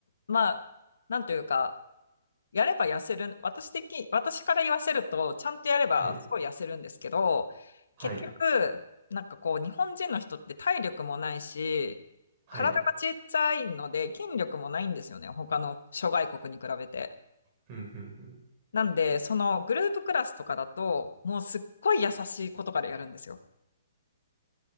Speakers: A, on the left; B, on the right.
A: まあ、なんというか、やれば痩せる、私的、私から言わせると、ちゃんとやればすごい痩せるんですけど、
B: はい、はい、
A: 結局、なんかこう、日本人の人って体力もないし、
B: はい。
A: 体がちっちゃいので、筋力もないんですよね。他の諸外国に比べて。
B: ふんふんふん。
A: なんで、そのグループクラスとかだと、もうすっごい優しい子とかでやるんですよ。